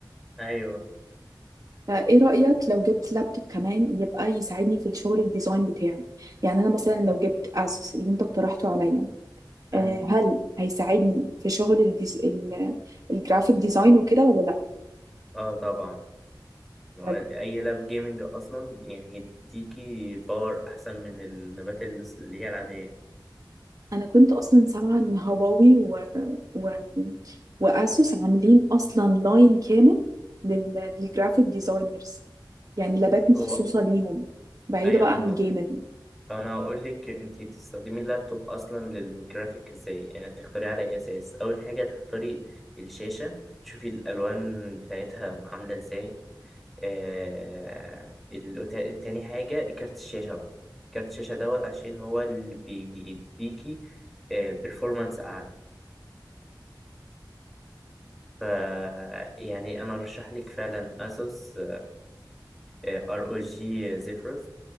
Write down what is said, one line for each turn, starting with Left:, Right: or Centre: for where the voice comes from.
Centre: ايوه
Right: فايه رأيك لو جبت لابتوب كمان يبقى يساعدني في الشغل الديزاين بتاعي يعني انا مثلا لو جبت اسوس اللي انت اقترحته عليا آه،
Centre: امم
Right: هل هيساعدني في شغل الديز... ال- الجرافيك ديزاين وكده ولا
Centre: اه طبعا ما
Right: لا
Centre: هو اي لاب جيمنج اصلا يعني هيديكي باور احسن من اللابات اللي اللي هي العاديه
Right: انا كنت اصلا سامعة ان هواوي و... و... واسوس عاملين اصلا لاين كامل لل... للجرافيك ديزاينرز يعني لابات مخصوصة
Centre: هو
Right: ليهم بعيدة
Centre: ايوه
Right: بقى
Centre: انا
Right: عن الجيمنج
Centre: انا هقول لك انت بتستخدمي اللابتوب اصلا للجرافيك ازاي يعني تختاري على اي اساس اول حاجه تختاري الشاشه تشوفي الالوان بتاعتها عامله ازاي آه... ال... تا- تاني حاجه كارت الشاشه بقى كارت الشاشه دوت عشان هو اللي بيديكي آه... performance اعلى ف يعني انا ارشح لك فعلا اسوس ار او جي زيفرس